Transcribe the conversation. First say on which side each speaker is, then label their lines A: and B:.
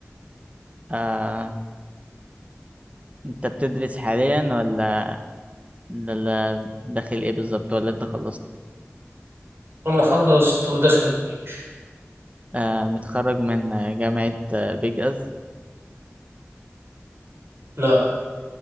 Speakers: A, on the right; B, on the right.
A: آه انت بتدرس حاليا ولا ولا داخل ايه بالظبط ولا انت خلصت
B: انا خلصت وداخل الجيش
A: آه متخرج من جامعة آه، بيج اس
B: لا